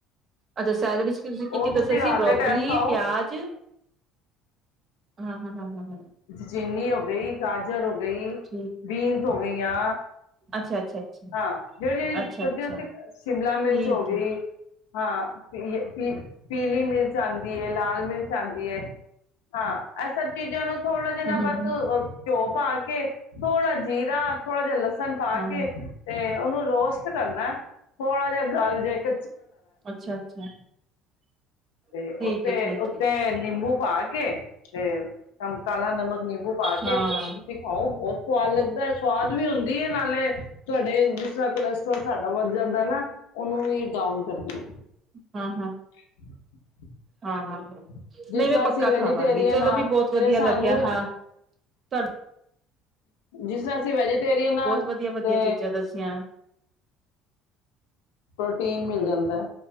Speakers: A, on the right; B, on the left.
A: ਅੱਛਾ ਸੈਲੇਡ ਇਚ ਤੁਸੀ ਕੀ
B: ਉਹ
A: ਕੀ ਦੱਸਿਆ
B: ਤੁਸੀਂ ਰਾਤ
A: ਸੀ ਬਰੋਕਲੀ,
B: ਦੇ ਟਾਈਮ ਖਾਓ
A: ਪਿਆਜ ਹਾਂ, ਹਾਂ, ਹਾਂ, ਹ, ਹ।
B: ਚੀਨੀ ਓ ਗਈ, ਗਾਜਰ ਓ ਗ ਗਈ,
A: ਠੀਕ
B: ਬੀਨਸ ਹੋ ਗਈਆਂ,
A: ਅੱਛਾ ਅੱਛਾ ਅੱਛਾ
B: ਹਾਂ, ਜੇੜੀ ਜੇੜੀ
A: ਅੱਛਾ
B: ਸਬਜੀਆਂ
A: ਅੱਛਾ
B: ਉਥੇ ਸ਼ਿਮਲਾ ਮਿਰਚ
A: ਠੀਕ
B: ਹੋ ਗਈ
A: ਹੈ
B: ਹਾਂ ਪ ਪੀ ਪੀਲੀ ਮਿਰਚ ਆਂਦੀ ਏ ਲਾਲ ਮਿਰਚ ਆਂਦੀ ਏ, ਹਾਂ ਇਹ ਸਭ ਚੀਜਾ ਨੂੰ ਥੋੜਾ ਜਿਨਾ
A: ਹਮ ਹਮ
B: ਬਸ ਘਿਓ ਪਾ ਕੇ ਥੋੜ੍ਹਾ ਜੀਰਾ ਥੋੜਾ ਜਿਹਾ ਲ ਸਣ ਪਾ
A: ਹਾਂ
B: ਕੇ
A: ਹਾਂ
B: ਤੇ ਉਹਨੂੰ ਰੋਸਟ ਕਰਨਾ ਥੋੜਾ ਜਿਹਾ ਗਲ ਜੇ ਇੱਕ
A: ਅੱਛਾ ਅੱਛਾ
B: ਤੇ
A: ਠੀਕ
B: ਉੱਥੇ
A: ਹੈ ਠੀਕ
B: ਉੱਥੇ
A: ਹੈ
B: ਨਿੰਬੂ ਪਾਕੇ ਤੇ ਕਾਲਾ ਨਮਕ ਨਿੰਬੂ ਪਾ ਕੇ
A: ਹਾਂ
B: ਤੁਸੀਂ
A: ਹਾਂ
B: ਖਾਓ ਬਹੁਤ ਸੁਆਦ ਲੱਗਦਾ ਐ ਸੁਆਦ ਵੀ ਹੁੰਦੀ ਹੈ ਨਾਲੇ ਤੁਹਾਡੇ ਜਿਸ ਤਰ੍ਹਾਂ ਕੋਲਸਟ੍ਰੋਲ ਸਾਡੇ ਵੱਧ ਜਾਂਦਾ ਨਾ ਉਹਨੂੰ ਵੀ ਡਾਊਨ ਕਰਦੀਏ
A: ਹਾਂ ਹਾਂ
B: <unintelligible>
A: ਹਾਂ ਹਾਂ ਹਾਂ
B: ਜਿਸ
A: ਨਹੀਂ
B: ਤਰ੍ਹਾਂ
A: ਮੈਂ ਪੱਕਾ
B: ਅਸੀਂ ਵੈਜੀਟੇਰੀਅਨ
A: ਖਾਵਾਂਗੀ ਚਲੋ
B: ਹਾਂ
A: ਵੀ ਬਹੁਤ ਵਧੀਆ
B: ਤੇ
A: ਲੱਗਿਆ
B: ਸਾਨੂੰ
A: ਹਾਂ ਤੁਡ
B: ਜਿਸ ਤਰ੍ਹਾਂ ਅਸੀਂ ਵੈਜੀਟੇਰੀਅਨ
A: ਵਧੀਆ ਵਧੀਆ
B: ਤੇ
A: ਚੀਜ਼ਾਂ ਦੱਸੀਆਂ
B: ਪ੍ਰੋਟੀਨ ਮਿਲ ਜਾਂਦਾ